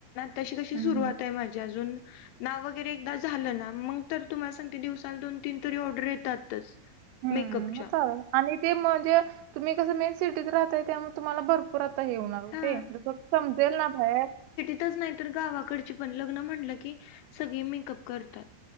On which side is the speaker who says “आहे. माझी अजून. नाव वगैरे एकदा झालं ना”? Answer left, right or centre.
Left